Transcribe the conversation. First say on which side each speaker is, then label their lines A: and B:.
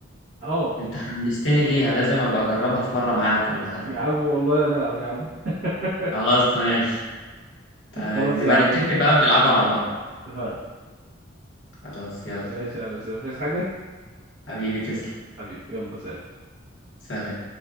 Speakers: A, on the right; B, on the left.
A: اه
B: انت حمستني ليها لازم ابقى اجربها في مرة معاك ولا حاجة
A: يا عم والله لا نلعب يا عم <laughs>
B: خلاص ماشي تمام
A: خلاص
B: يبقى
A: يا عم
B: نتفق بقى ونلعبها مع بعض
A: اتفقنا
B: خلاص يلا
A: ماشي يا عم مش عايز حاجة
B: حبيبي تسلم
A: حبيبي يلا سلام
B: سلام